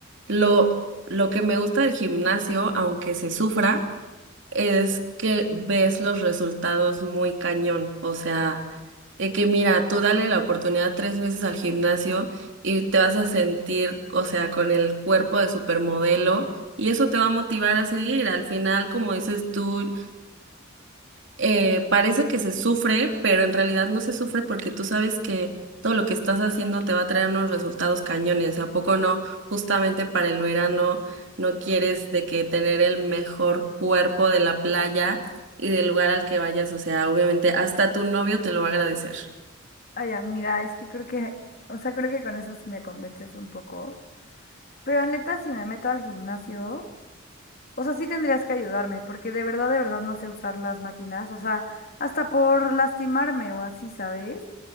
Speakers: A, on the right; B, on the left.
A: Lo lo que me gusta del gimnasio, aunque se sufra, es que ves los resultados muy cañón, o sea, de que mira, tú dale la oportunidad tres meses al gimnasio y te vas a sentir, o sea, con el cuerpo de supermodelo y eso te va a motivar a seguir. Al final, como dices tú, eh, parece que se sufre, pero en realidad no se sufre porque tú sabes que todo lo que estás haciendo te va a traer unos resultados cañones. ¿A poco no? Justamente para el verano no quieres de que tener el mejor cuerpo de la playa y del lugar al que vayas. O sea, obviamente hasta tu novio te lo va a agradecer.
B: Ay, amiga, es que creo que, o sea, creo que con eso sí me convences un poco. Pero neta, si me meto al gimnasio, o sea, sí tendrías que ayudarme, porque de verdad, de verdad no sé usar las máquinas, o sea, hasta por lastimarme o así, ¿sabes?